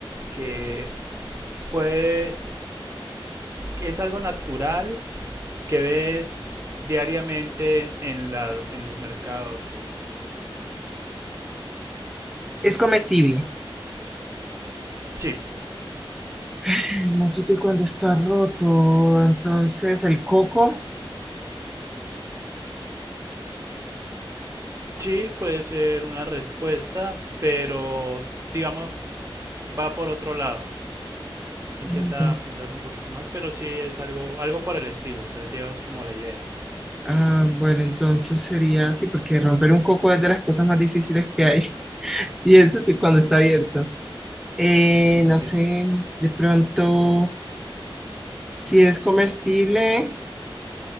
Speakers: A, on the right; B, in the centre.
A: que puede es algo natural que ves diariamente en, la, en los mercados.
B: Es comestible.
A: Sí,
B: Ay, Más útil cuando está roto. Entonces, el coco.
A: sí puede ser una respuesta, pero digamos va por otro lado.
B: Mm,
A: Intenta pensar un poquito más, pero sí es algo, algo por el estilo, o sea, llevas como la idea.
B: Ah, bueno, entonces sería así, porque romper un coco es de las cosas más difíciles que hay. <laughs> Y es útil cuando está abierto. Eh,
A: Este,
B: no sé, de pronto, si es comestible,